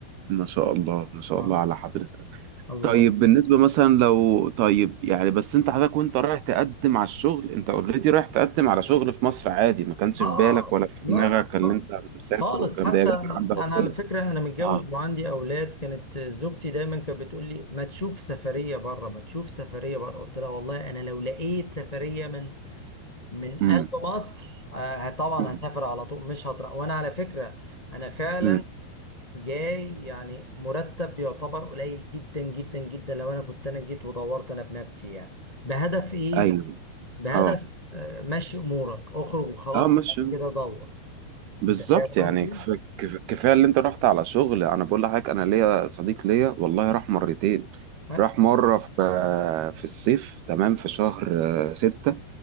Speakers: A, on the right; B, on the left.
A: ما شاء الله ما شاء
B: اه
A: الله على حضرتك
B: الله
A: طيب بالنسبة مثلا لو طيب يعني بس انت حضرتك وانت رايح تقدم على الشغل انت اوريدي رايح تقدم على شغل في مصر عادي ما كانش
B: اه
A: في بالك ولا في
B: لا
A: دماغك اللي
B: آه،
A: انت مسافر
B: خالص
A: والكلام
B: حتى
A: ده هي جت من عند ربنا
B: انا على فكره انا متجوز
A: اه
B: وعندي اولاد كانت زوجتي دايما كانت بتقول لي ما تشوف سفريه بره ما تشوف سفريه بره قلت لها والله انا لو لقيت سفريه من من قلب
A: امم
B: مصر آه طبعا
A: امم
B: هسافر على طول مش هطرق وانا على فكره انا فعلا
A: أمم.
B: جاي يعني مرتب يعتبر قليل جدا جدا جدا لو انا كنت انا جيت ودورت انا بنفسي يعني بهدف ايه
A: ايوه
B: بهدف
A: اه
B: آه مشي امورك اخرج وخلاص
A: اه ماشي
B: بعد كده دور
A: بالظبط
B: انت فاهم
A: يعني
B: قصدي؟
A: كف... كف... كفايه اللي انت رحت على شغل انا بقول لحضرتك انا ليا صديق ليا والله راح مرتين
B: ها؟
A: راح مره في في الصيف تمام في شهر آه، ستة